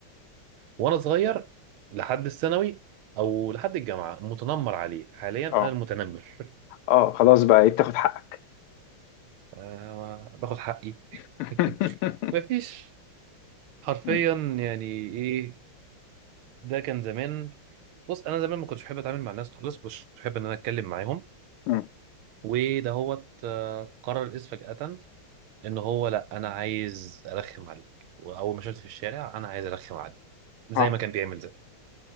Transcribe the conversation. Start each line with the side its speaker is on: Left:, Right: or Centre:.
Right: وأنا صغير لحد الثانوي أو لحد الجامعة متنمر عليه حاليا أنا
Left: أه
Right: المتنمر <laughs>
Left: أه خلاص بقى إيه بتاخد حقك
Right: آه، باخد حقي
Left: <laughs>
Right: <laughs> مفيش حرفيا
Left: مم،
Right: يعني ايه ده كان زمان بص انا زمان ما كنتش بحب اتعامل مع الناس خالص مش بحب ان انا اتكلم معاهم
Left: مم.
Right: وده هو قرر الاسم فجأة ان هو لا انا عايز ارخم عليه واول ما شفته في الشارع انا عايز ارخم عليه زي
Left: أه
Right: ما كان بيعمل زمان